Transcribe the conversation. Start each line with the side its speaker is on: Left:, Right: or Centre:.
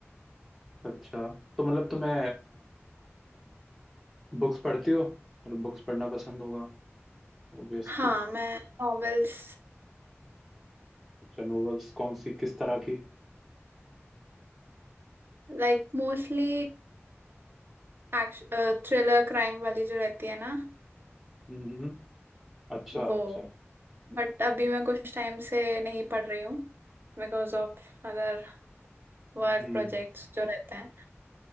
Centre: अच्छा तो मतलब तुम्हें बुक्स पढ़ती हो मतलब बुक्स पढ़ना पसंद होगा ऑब्वियसली
Right: हाँ मैं novels
Centre: अच्छा नॉवेल्स कौन सी किस तरह की
Right: like mostly action thriller crime वाली जो रहती है ना
Centre: हम्म अच्छा
Right: वो
Centre: अच्छा
Right: बट अभी मैं कुछ टाइम से नहीं पढ़ रही हूँ because of other work
Centre: हम्म
Right: projects जो रहते हैं